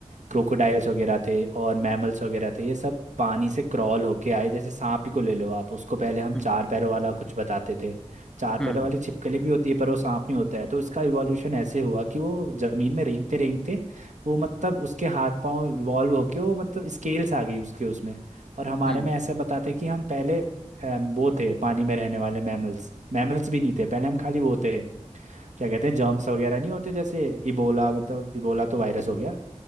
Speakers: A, on the right; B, in the centre.
A: क्रोकोडाइल्स वगैरह थे और मैमल्स वगैरह थे ये सब पानी से क्रॉल होके आए जैसे सांप ही को ले लो आप उसको पहले हम
B: हम्म
A: चार पैरों वाला कुछ बताते थे चार
B: हम्म
A: पैरों वाली छिपकली भी होती है पर वो सांप नहीं होता है तो इसका इवोल्यूशन ऐसे हुआ कि वो जमीन में रेंगते रेंगते वो मतलब उसके हाथ पांव इवॉल्व होके वो मतलब स्केल्स आ गई उसके उसमें और हमारे
B: हम्म
A: में ऐसे बताते कि हम पहले अम, वो थे पानी में रहने वाले मैमल्स मैमल्स भी नहीं थे पहले हम खाली वो थे क्या कहते हैं जर्म्स वगैरह नहीं होते जैसे इबोला मतलब इबोला तो वायरस हो गया